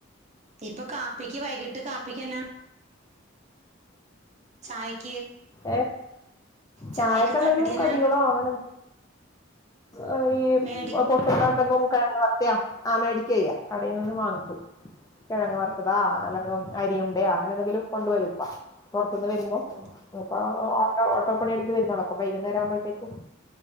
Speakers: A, on the right; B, on the left.
A: ഇപ്പൊ കാപ്പിക്ക് വൈകിട്ട് കാപ്പിക്ക് എന്നാ ചായക്ക്
B: ഏഹ് ചായക്കെന്തിലും
A: ചായക്ക് കടി എന്നാ
B: കടികളോ അങ്ങനെ ആഹ് ഈ
A: മേടി
B: ല്ലാം ഉണ്ടെങ്കോ കിഴങ്ങ് വറുത്തെയാ ആഹ് മേടിക്കെയ്യ കടയിൽ നിന്ന് വാങ്ങിക്കും കിഴങ്ങ് വറുത്തതാ അല്ലെങ്ക അരിയ ഉണ്ടയാ അങ്ങനെ എന്തെങ്കിലും കൊണ്ട് വരും ഉപ്പ പൊറത്തുന്ന് വരുമ്പോ
A: ഓ
B: ഉപ്പ ഓട്ടോ ഓട്ടോ പണി എടുത്ത് വരുന്നാളാ അപ്പൊ വൈകുന്നേരം ആവ്പോഴത്തേക്കും